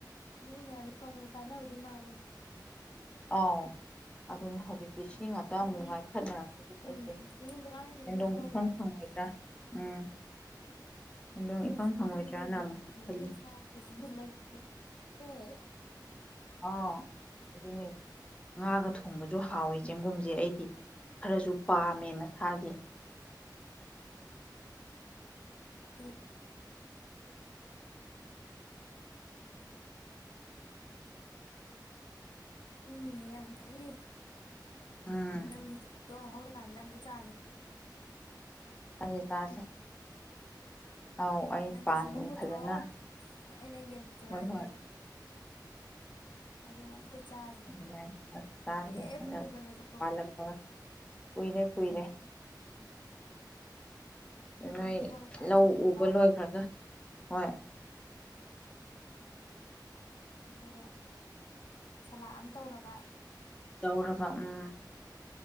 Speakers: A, on the left (about 85°); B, on the left (about 15°).
A: ꯃꯤ ꯃꯌꯥꯝ ꯅꯧꯅꯩ ꯀꯥꯟꯅꯕꯗꯤ ꯃꯥꯂꯦ
B: ꯑ ꯑꯗꯨꯅꯦ ꯍꯧꯖꯤ ꯁꯤ ꯉꯥꯛꯇ ꯑꯃꯨꯛ
A: ꯍꯥꯏꯗꯤ
B: ꯉꯥꯏꯈꯠꯅꯔꯛꯄꯁꯤꯗ
A: ꯎꯝ
B: ꯑꯩꯁꯦ
A: ꯆꯦꯡꯒꯨꯝꯗ ꯀꯥꯟꯅꯗ꯭ꯔꯗꯤ
B: ꯁꯦꯟꯗꯣꯡ
A: ꯀꯩꯁꯨ
B: ꯏꯐꯪ ꯐꯪꯉꯣꯏꯗ꯭ꯔꯥ ꯎꯝ ꯑꯗꯨꯝ ꯏꯐꯪ
A: ꯆꯤꯡ
B: ꯐꯪꯉꯣꯏꯗ꯭ꯔꯅ
A: ꯄꯨꯡꯒ ꯌꯦꯟ
B: ꯑꯃꯨꯛꯁꯨ
A: ꯊꯣꯡꯕꯒꯤ
B: ꯈꯜꯂꯤ
A: ꯍꯥꯎꯕꯁꯤꯗꯤ ꯂꯩꯇ <unintelligible>
B: ꯑꯥꯎ ꯑꯗꯨꯅꯦ ꯉꯥꯒ ꯊꯣꯡꯕꯁꯨ ꯍꯥꯎꯋꯦ ꯆꯦꯡꯒꯨꯝꯁꯦ ꯑꯩꯗꯤ ꯈꯔꯁꯨ ꯄꯥꯝꯃꯦ ꯃꯁꯥꯒꯤ
A: ꯍ <unintelligible> <unintelligible> ꯇꯅꯒꯗꯤ
B: ꯎꯝ
A: ꯅꯪꯒꯤ ꯆ ꯍꯧꯔꯀꯥꯟꯗ ꯑꯃꯇꯥ ꯆꯥꯖ
B: <unintelligible> ꯑꯧ ꯑꯩ
A: ꯅꯪꯅ
B: ꯄꯥꯟ
A: ꯆꯤꯡꯒꯨꯝ ꯄꯨꯊꯣꯔꯛꯑꯣ
B: ꯐꯖꯅ
A: ꯑꯩꯅ ꯌꯦꯟ ꯄꯨꯊꯣꯔꯛꯑꯒꯦ
B: ꯍꯣꯏ ꯍꯣꯏ
A: ꯑꯗꯨꯒ ꯑꯝꯇ ꯆꯥꯁꯦ
B: ꯑꯗꯨ ꯇꯥꯦ
A: ꯀꯨꯏꯔꯦ
B: ꯍꯟꯗꯛ
A: ꯄꯨꯟꯈꯤꯗꯕꯁꯨ
B: ꯄꯂꯛꯄ <inaudible> ꯀꯨꯏꯔꯦ ꯀꯨꯏꯔꯦ
A: ꯆꯦꯡꯒꯨꯝ
B: ꯅꯣꯏ
A: ꯑꯃꯥ ꯐꯥꯖ
B: ꯂꯧ
A: ꯊꯣꯡꯉꯕ
B: ꯎꯕ ꯂꯣꯏꯈ꯭ꯔꯒ ꯍꯣꯏ
A: ꯑꯗꯨꯒ ꯁꯂꯥꯗ ꯑꯃ ꯇꯧꯔꯕ
B: ꯇꯧꯔꯕ ꯎꯝ